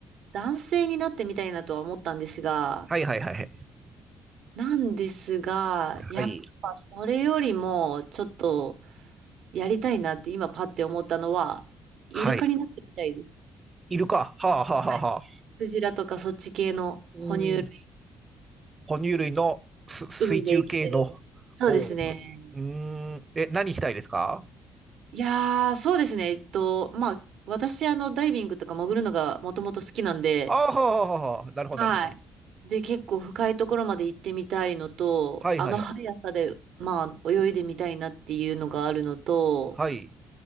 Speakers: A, on the right; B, on the right.
A: 男性になってみたいなとは思ったんですが、
B: はいはいはいはい。
A: なんですが、やっぱそれよりも、
B: はい。
A: ちょっとやりたいなって今パッて思ったのは、イルカになってみたいです。
B: はい。イルカ。はあはあはあはあ。
A: はい。クジラとかそっち系の哺乳類、
B: うん。哺乳類のす水中系の方。
A: 海で生きてる。そうですね。
B: うーん。え、何したいですか
A: いやー、そうですね。えっと、まあ、私、あの、ダイビングとか潜るのがもともと好きなんで、
B: ああ、はあはあはあ。なるほどなるほど。
A: はい。で、結構深いところまで行ってみたいのと、
B: はいはいはい。
A: あの速さで、まあ、泳いでみたいなっていうのがあるのと、
B: はい。